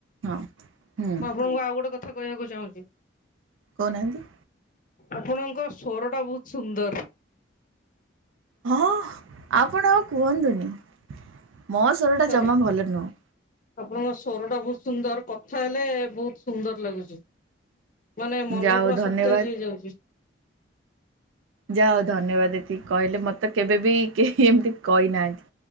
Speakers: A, on the right; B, on the left.
A: ହଁ। ହୁଁ
B: ମୁଁ ଆପଣଙ୍କୁ ଆଉ ଗୋଟେ କଥା କହିବାକୁ ଚାହୁଁଚି।
A: କହୁନାହାନ୍ତି।
B: ଆପଣଙ୍କ ସ୍ୱର ଟା ବହୁତ ସୁନ୍ଦର।
A: ହଁ ଆପଣ ଆଉ କୁହନ୍ତୁନି ମୋ ସ୍ୱରଟା
B: ସତରେ
A: ଜମା ଭଲ ନୁହେଁ।
B: ଆପଣଙ୍କ ସ୍ୱର ଟା ବହୁତ ସୁନ୍ଦର କଥା ହେଲେ ବହୁତ ସୁନ୍ଦର ଲାଗୁଚି। ମାନେ ମନ
A: ଯାହା ହଉ
B: ପୁରା
A: ଧନ୍ୟବାଦ।
B: ସତେଜ ହେଇଯାଉଚି।
A: ଯା ହଉ ଧନ୍ୟବାଦ ଏଠି କହିଲେ ମତେ କେବେ ବିି କେହି ଏମିତି କହିନାହାନ୍ତି।